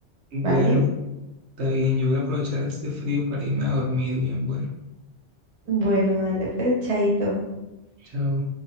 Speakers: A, on the right (about 80°); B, on the right (about 35°).
A: bueno,
B: ¿vale?
A: está bien, yo voy a aprovechar este frío para irme a dormir bien, bueno,
B: Bueno, dale pues, chaito.
A: chao.